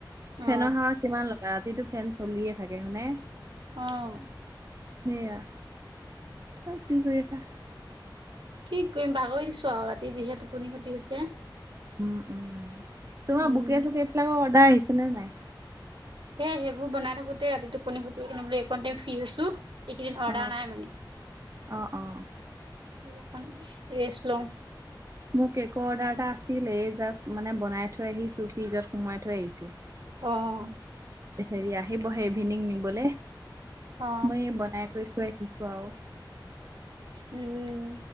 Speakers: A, on the right; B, on the right.
A: ফেনৰ
B: অ
A: হাৱা কিমান ল'বা, ৰাতিটো ফেন চলিয়ে থাকে হনে?
B: অ'।
A: সেয়া। কি কৰি আছা?
B: কি কৰিম, বাগৰি দিছোঁ আৰু ৰাতি যিহে টোপনি ক্ষতি হৈছে।
A: উম, উম। তোমাৰ
B: উম
A: বুকে চুকে বিলাকৰ অৰ্ডাৰ আহিছে নে নাই?
B: হে সেইবোৰ বনাই থাকোতে ৰাতি টোপনি ক্ষতি, এনে বোলো এইকণ টাইম ফ্ৰী হৈছোঁ। এইকেইদিন অৰ্ডাৰ
A: অ',
B: নাই মানে। এইকেইদিন
A: অ', অ'।
B: অকণ ৰেষ্ট লওঁ।
A: মোৰ কেকৰ অৰ্ডাৰ এটা আছিলে, এই জাষ্ট মানে বনাই থৈ আহিছোঁ, ফ্ৰিজত সোমোৱাই থৈ আহিছোঁ।
B: অ'।
A: হেৰি আহিবহে ইভিনিং নিবলে,
B: অ
A: মই বনাই কৰি থৈ আহিছোঁ আৰু।
B: উম,